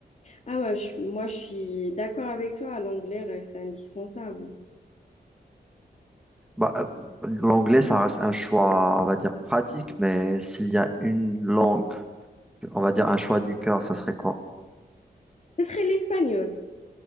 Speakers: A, on the left (about 45°); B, in the centre.
A: Ah ouais, je suis- moi, je suis d'accord avec toi. L'anglais reste indispensable.
B: Bah, euh, l'anglais, ça reste un choix, on va dire, pratique, mais s'il y a une langue, on va dire un choix du cœur, ça serait quoi?
A: Ce serait l'espagnol.